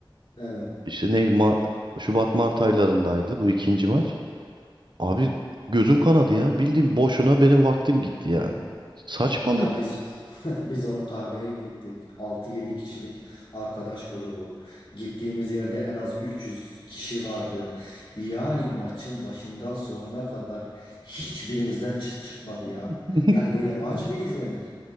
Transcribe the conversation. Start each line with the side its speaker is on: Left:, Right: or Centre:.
Left: Evet.
Right: İşte neydi? Ma- Şubat Mart aylarındaydı bu ikinci maç. Abi gözüm kanadı ya. bildiğim boşuna benim vaktim gitti yani. Saçmalık.
Left: Ya biz <laughs> biz onu kahveye gittik. Altı yedi kişilik arkadaş grubu. Gittiğimiz yerde en az 300 kişi vardı. Yani maçın başından sonuna kadar hiçbirimizden çıt çıkmadı ya.
Right: <laughs>
Left: Yani böyle maç mı izlenir?